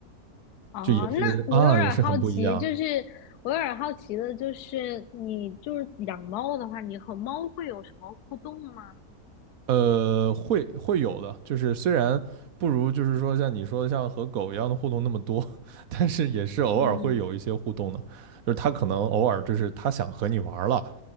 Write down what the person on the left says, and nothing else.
哦，
那我有点好奇，
就是我有点好奇的，就是你就是养猫的话，你和猫会有什么互动吗？
嗯